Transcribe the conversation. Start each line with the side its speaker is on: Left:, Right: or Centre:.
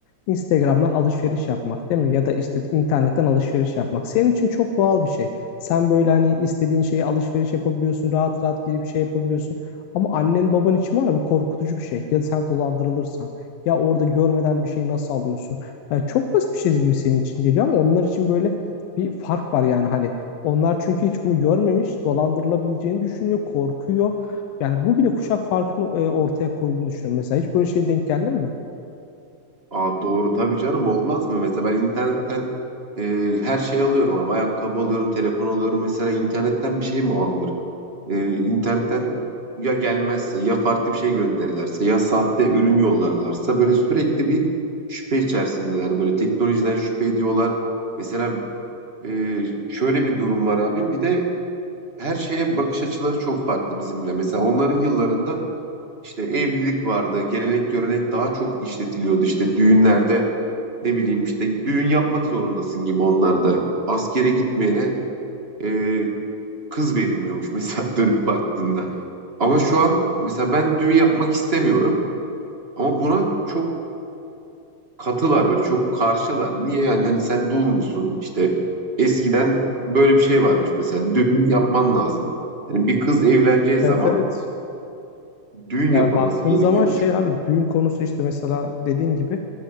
Left: Instagram'dan alışveriş yapmak değil mi? Ya da işte internetten alışveriş yapmak. Senin için çok doğal bir şey. Sen böyle hani istediğin şeyi alışveriş yapabiliyorsun. Rahat rahat girip şey yapabiliyorsun. Ama annen baban için var ya bu korkutucu bir şey. Ya sen dolandırılırsan ya orada görmeden bir şeyi nasıl alıyorsun? Yani çok basit bir şey gibi senin için geliyor ama onlar için böyle bir fark var yani hani onlar çünkü hiç bunu görmemiş, dolandırılabileceğini düşünüyor, korkuyor. Yani bu bile kuşak farkını e, ortaya koyduğunu düşünüyorum. Mesela hiç böyle şeye denk geldin mi?
Right: Aa, doğru tabii canım olmaz mı? Mesela ben internetten e, her şeyi alıyorum ama ayakkabı alıyorum, telefon alıyorum. Mesela internetten bir şey mi alınır? Ee, internetten ya gelmezse ya farklı bir şey gönderirlerse ya sahte ürün yollarlarsa böyle sürekli bir şüphe içerisindeler. Böyle teknolojiden şüphe ediyorlar. Mesela e, şöyle bir durum var abi. Bir de her şeye bakış açıları çok farklı bizimle. Mesela onların yıllarında işte evlilik vardı. Gelenek görenek daha çok işletiliyordu. İşte düğünlerde ne bileyim işte düğün yapmak zorundasın gibi onlarda. Askere gitmeyene e, kız verilmiyormuş mesela <laughs> dönüp baktığında. Ama şu an mesela ben düğün yapmak istemiyorum ama buna çok katılar böyle çok karşılar. Niye yani hani sen dul musun işte eskiden böyle bir şey varmış mesela düğün yapman lazım. Yani bir kız evleneceği
Left: Evet
Right: zaman
Left: evet.
Right: düğün
Left: Yani
Right: yapılması
Left: baktığın
Right: gerekiyormuş.
Left: zaman şey abi düğün konusu işte mesela dediğin gibi